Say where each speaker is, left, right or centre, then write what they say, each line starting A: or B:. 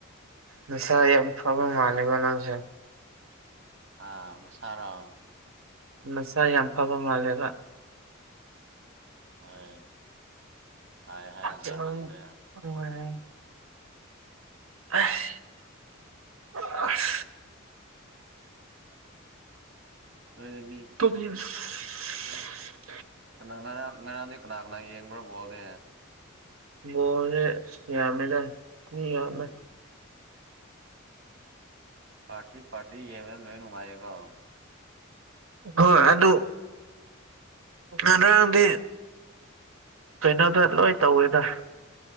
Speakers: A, on the right; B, on the right.
A: ꯅꯁꯥ ꯌꯥꯝ ꯐꯕ ꯃꯥꯜꯂꯤꯀꯣ ꯅꯪꯁꯦ
B: ꯑꯥ ꯃꯁꯥꯔꯣ
A: ꯅꯁꯥ ꯌꯥꯝ ꯐꯕ ꯃꯥꯜꯂꯦꯕ
B: ꯍꯣꯏ ꯐꯩ ꯍꯥꯏꯒꯗ꯭ꯔꯥ
A: ꯍꯛꯆꯥꯡ
B: ꯈꯪꯗꯦ
A: <unintelligible> ꯑꯁ ꯑ ꯑꯁ
B: ꯅꯣꯏꯗꯤ ꯃꯤ
A: <unintelligible>
B: ꯀꯅꯥ ꯉꯔꯥꯡ ꯉꯔꯥꯡꯗꯤ ꯀꯅꯥ ꯀꯅꯥ ꯌꯦꯡꯕ꯭ꯔꯥ ꯕꯣꯜꯗꯤ
A: ꯕꯣꯜꯁꯦ ꯌꯥꯃꯦꯗ ꯃꯤ ꯌꯥꯝꯃꯦ
B: ꯎ꯫ ꯄꯥꯔꯇꯤ ꯄꯥꯔꯇꯤ ꯌꯦꯡꯕꯗ ꯂꯣꯏ ꯅꯨꯡꯉꯥꯏꯌꯦꯀꯣ
A: ꯍꯣꯏ ꯑꯗꯨ ꯉꯔꯥꯡꯗꯤ ꯀꯩꯅꯣꯗ ꯂꯣꯏ ꯇꯧꯋꯦꯗ